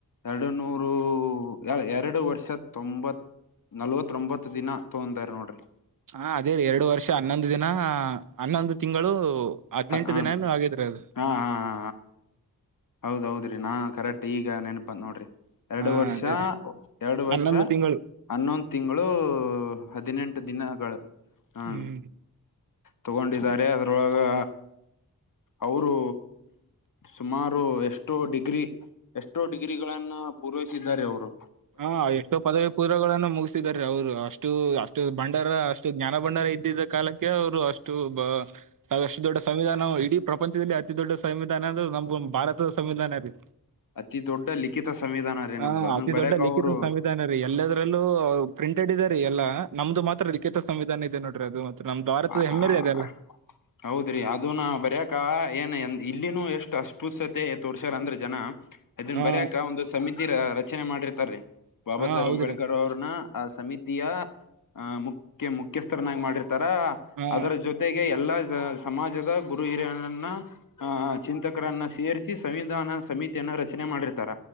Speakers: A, on the left; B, on the right.
A: ಎರಡು ನೂರು, ಎರಡು ವರ್ಷ ತೊಂಬತ್ ನಲ್ವತ್ರೊಂಬತ್ ದಿನ ತೊಗಂದಾರ ನೋಡ್ರಿ.
B: ಹ ಅದೇ ರಿ ಎರಡು ವರ್ಷ ಹನ್ನೊಂದು ದಿನ, ಹನ್ನೊಂದು ತಿಂಗಳು- ಹದಿನೆಂಟು
A: ಹ ಹ
B: ದಿನಾಎನ ಆಗಿದ್ರಿಅದು.
A: ಹಾ, ಹಾ ಹೌದೌದ್ರಿ ನಾ ಕರೆಕ್ಟ್ ಈಗ ನೆನಪುಬಂತ ನೋಡ್ರಿ ಎರಡು
B: ಹಾ
A: ವರ್ಷ
B: ಅದೇ ರೀ
A: -ಎರಡು ವರ್ಷ
B: ಹನ್ನೊಂದು ತಿಂಗಳು
A: ಹನ್ನೊಂದು ತಿಂಗಳು ಹದಿನೆಂಟು ದಿನಗಳು ಹ್ಮ.
B: ಹ್ಮ್
A: ತಗೊಂಡಿದ್ದಾರೆ ಅದ್ರೊಳಗ- ಅವರು ಸುಮಾರು- ಅವರು ಎಷ್ಟೋ ಡಿಗ್ರಿ, ಎಷ್ಟೋ ಡಿಗ್ರಿ ಗಳನ್ನ ಪೂರೈಸಿದ್ದಾರೆ ಅವರು.
B: ಹಾ, ಎಷ್ಟೋ ಪದವಿ ಪೂರ್ವಗಳನ್ನು ಮುಗ ಮುಗಿಸಿದ್ದಾರೆಅವ್ರು ಅಷ್ಟು, ಅಷ್ಟು ಭಂಡಾರ ಅಷ್ಟು ಜ್ಞಾನ ಭಂಡಾರ ಇದ್ದಿದ್ದಕ್ಕೆ ಅವ್ರು ಅಷ್ಟು ಬ ಸ ಅಷ್ಟ ದೊಡ್ಡ ಸಂವಿಧಾನ. ಇಡೀ ಪ್ರಪಂಚದಲ್ಲಿ ಅತಿ ದೊಡ್ಡ ಸಂವಿಧಾನ ಅಂದ್ರೆ ನಮ್ಗ ಭಾರತದ ಸಂವಿಧಾನ ರೀ.
A: ಅತಿ ದೊಡ್ಡ ಲಿಖಿತ ಸಂವಿಧಾನ ರೀ
B: ಹಾ
A: ನಮ್ದು ಅದನ್
B: ಅತಿ
A: ಬರಕ್
B: ದೊಡ್ಡ ಲಿಖಿತ
A: ಅವ್ರು
B: ಸಂವಿಧಾನ ರೀ ಎಲ್ಲದರಲ್ಲೂ ಪ್ರಿಂಟೆಡ್ ಇದೆ ರೀ ಎಲ್ಲಾ, ನಮ್ದು ಮಾತ್ರ ಲಿಖಿತ ಸಂವಿಧಾನ ಇದೆ ನೋಡ್ರಿ ಅದು. ನಮ್ ಭಾರತದ
A: ಹ ಹ
B: ಹೆಮ್ಮೆ ರೀ ಅದೆಲ್ಲ
A: <inaudible> ಹೌದ್ರಿ ಅದನ್ನ ಬರ್ಯಕ ಏನ್ ಇಲ್ಲಿನೂ ಎಷ್ಟು ಅಸ್ಪುಷ್ಯತೆ ತೋರ್ಸ್ಯಾರ ಅಂದ್ರ ಜನ ಇದನ್
B: ಹಾ
A: ಬರ್ಯಕ ಒಂದು ಸಮಿತಿ ರಚನೆ ಮಾಡಿರ್ತಾರೀ. ಬಾಬಾ
B: ಹಾ
A: ಸಾಹೇಬ್
B: ಹೌದ್ರಿ
A: ಅಂಬೇಡ್ಕರ್ ಅವ್ರನ ಆ ಸಮಿತಿಯ ಆ ಮುಖ್ಯ ಮುಖ್ಯಸ್ಥರನ್ನಾಗಿ ಮಾಡಿರ್ತಾರ
B: ಹಾ
A: ಅದರ ಜೊತೆ ಜತೆೆಗೆ ಎಲ್ಲಾ ಸಮಾಜದ ಗುರು ಹಿರಿಯರನ್ನಾ ಹ ಚಿಂತಕರನ್ನ ಸೇರಿಸಿ ಸಂವಿಧಾನ ಸಮಿತಿಯನ್ನ ರಚನೆ ಮಾಡಿರ್ತಾರ.